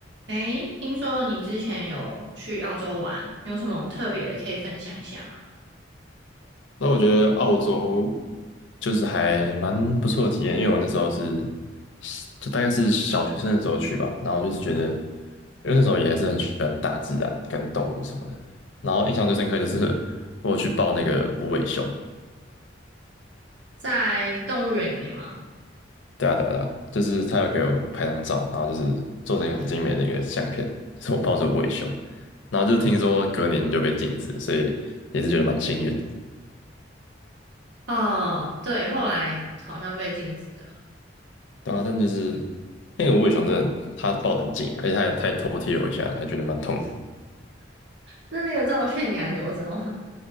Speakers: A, on the right; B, on the left.
A: 诶，听说你之前有去澳洲玩，有什么特别的可以分享一下吗？
B: 那我觉得澳洲就是还蛮不错的体验，因为我那时候是就大概是小学生的时候去吧，然后就是觉得，因为那时候也是很喜欢大自然跟动物什么的，然后印象最深刻就是我有去抱那个无尾熊，
A: 在动物园里面吗？
B: 对啊对啊对啊，就是他有给我拍张照，然后就是做成一个很精美的一个相片，是我抱着无尾熊，然后就是听说隔年就被禁止了所以也是觉得蛮幸运的。
A: 哦，对，后来好像被禁止了。
B: 对啊，但就是那个无尾熊真的，它抱得很紧，啊，而且它也它也偷踢了我一下，还觉得蛮痛的。
A: 那那个照片你还留着吗？